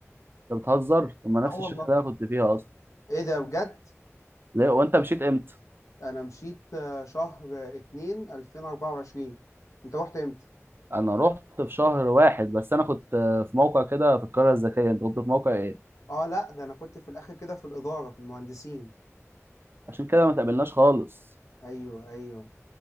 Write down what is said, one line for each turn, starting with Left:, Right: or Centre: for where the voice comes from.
Right: انت بتهزر طب ما نفس
Left: اه والله
Right: الشركة اللي انا كنت فيها اصلا
Left: ايه ده بجد
Right: ليه وانت مشيت امتى
Left: انا مشيت آه، شهر آه، 2 2024 انت رحت امتى
Right: انا رحت في شهر واحد بس انا كنت في موقع كده في القرية الذكية انت كنت في موقع ايه
Left: اه لا ده انا كنت في الاخر كده في الإدارة في المهندسين
Right: عشان كده ما تقابلناش خالص
Left: ايوه ايوه